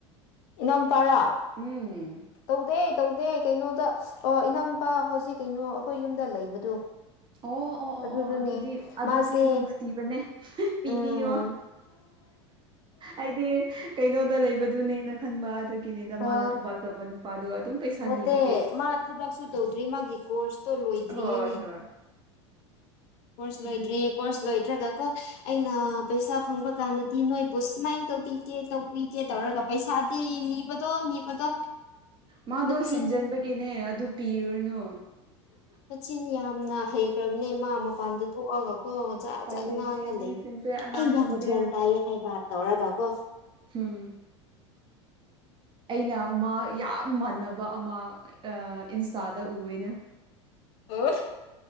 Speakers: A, on the left; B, on the right.
A: ꯏꯅꯥꯎꯝꯄꯥꯔꯥ
B: ꯎꯝ
A: ꯇꯧꯗꯦ ꯇꯧꯗꯦ ꯀꯩꯅꯣꯗ ꯑꯣ ꯏꯅꯥꯎꯅꯨꯄꯥ ꯍꯧꯖꯤꯛ ꯀꯩꯅꯣ ꯑꯩꯈꯣꯏ ꯌꯨꯝꯗ ꯂꯩꯕꯗꯨ
B: ꯑꯣ ꯑꯣ ꯑꯣ
A: ꯑꯗꯨꯗꯨꯅꯦ
B: ꯑꯣ ꯑꯗꯨꯗꯤ ꯑꯗꯨꯗꯤ
A: ꯃꯥꯁꯦ
B: ꯅꯨꯡꯁꯤꯕꯅꯦ ꯄꯤꯕꯤꯌꯣ
A: ꯎꯝ
B: ꯑꯩꯗꯤ ꯀꯩꯅꯣꯗ ꯂꯩꯕꯗꯨꯅꯦꯅ ꯈꯟꯕ ꯑꯗꯨꯒꯤꯅꯤꯗ ꯃꯥꯅ
A: ꯑ
B: ꯊꯕꯛ ꯇꯧꯕ ꯅꯨꯄꯥꯗꯣ ꯑꯗꯨꯝ ꯄꯩꯁꯥ
A: ꯅꯠꯇꯦ
B: ꯅꯤꯕꯒꯤ
A: ꯃꯥ ꯊꯕꯛ ꯁꯨ ꯇꯧꯗ꯭ꯔꯤ ꯃꯥꯒꯤ ꯀꯣꯔꯁ ꯇꯣ ꯂꯣꯏꯗ꯭ꯔꯤꯌꯦꯅꯦ
B: ꯍꯣꯏ ꯍꯣꯏ
A: ꯀꯣꯔꯁ ꯂꯣꯏꯗ꯭ꯔꯤꯌꯦ
B: ꯑꯗꯨ
A: ꯀꯣꯔꯁ ꯂꯣꯏꯗ꯭ꯔꯒꯀꯣ ꯑꯩꯅ ꯄꯩꯁꯥ ꯐꯪꯕ ꯀꯥꯟꯗꯗꯤ ꯅꯣꯏꯕꯨ ꯁꯨꯃꯥꯏꯅ ꯇꯧꯕꯤꯒꯦ ꯇꯧꯕꯤꯒꯦ ꯇꯧꯔꯒ ꯄꯩꯁꯥꯗꯤ ꯅꯤꯕꯗꯣ ꯅꯤꯕꯗꯣ
B: ꯃꯥꯗꯣ
A: ꯃꯆꯤꯟ
B: ꯍꯦꯟꯖꯟꯕꯒꯤꯅꯦ ꯑꯗꯨ ꯄꯤꯔꯨꯔꯥꯅꯨ
A: ꯃꯆꯤꯟ ꯌꯥꯝꯅ ꯍꯩꯈ꯭ꯔꯕꯅꯦ ꯃꯥ ꯃꯄꯥꯟꯗ ꯊꯣꯛꯑꯒ ꯀꯣ ꯖꯥ
B: ꯎꯄꯥꯏ
A: ꯖꯥꯠ
B: ꯂꯩꯇꯦ
A: ꯉꯥꯡꯉꯥ
B: ꯃꯤꯁꯤꯡꯁꯦ
A: ꯂꯩ
B: ꯑꯉꯥꯡꯁꯤꯡꯁꯦ
A: ꯑꯩ ꯌꯥꯝ ꯒꯥꯌꯟ ꯇꯥꯏꯌꯦ ꯍꯥꯏꯕ ꯇꯧꯔꯗ꯭ꯔꯀꯣ
B: ꯍꯨꯝ ꯑꯩꯅ ꯃꯥ ꯌꯥꯝ ꯃꯥꯟꯅꯕ ꯑꯃ ꯑꯥ ꯏꯟꯁꯇꯥꯗ ꯎꯌꯦꯅ
A: ꯑꯣ